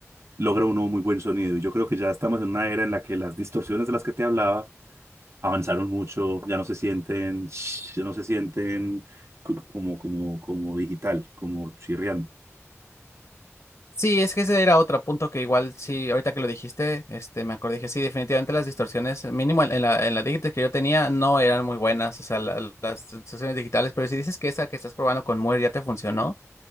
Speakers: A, on the right; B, on the left.
A: logra uno muy buen sonido y yo creo que ya estamos en una era en la que las distorsiones de las que te hablaba avanzaron mucho, ya no se sienten, <tsk> ya no se sienten co- como, como, como digital, como chirriando,
B: Sí, es que ese era otro punto que igual sí, ahorita que lo dijiste, este, me acordé que sí, definitivamente las distorsiones, mínimo en en la, en la Digitech que yo tenía, no eran muy buenas, o sea, la- las distorsiones digitales, pero si dices que esa que estás probando con Muir ya te funcionó,